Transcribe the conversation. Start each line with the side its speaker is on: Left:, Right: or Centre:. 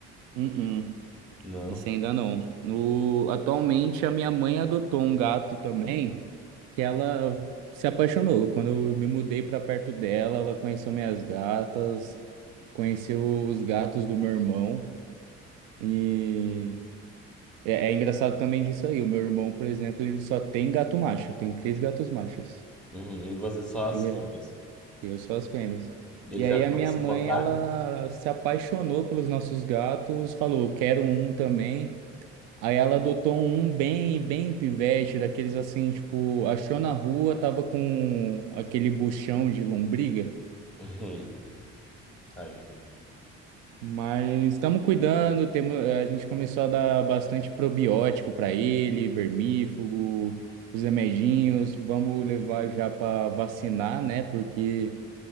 Right: hum, hum.
Centre: Não.
Right: Esse ainda não. No, atualmente a minha mãe adotou um gato também, que ela se apaixonou. Quando eu me mudei para perto dela, ela conheceu minhas gatas, conheceu os gatos do meu irmão. E é, é engraçado também disso aí. O meu irmão, por exemplo, ele só tem gato macho, tem três gatos machos.
Centre: Uhum. E você só as
Right: E é,
Centre: fêmeas.
Right: eu sou as fêmeas.
Centre: E
Right: E
Centre: eles
Right: aí
Centre: já
Right: a minha
Centre: suportaram?
Right: mãe, ela se apaixonou pelos nossos gatos, falou, quero um também. Aí ela adotou um bem, bem pivete, daqueles assim, tipo, achou na rua, tava com aquele buchão de lombriga.
Centre: Uhum. Tadinho.
Right: Mas estamos cuidando, temos, a gente começou a dar bastante probiótico para ele, vermífugo, os remedinhos, vamos levar já para vacinar, né? Porque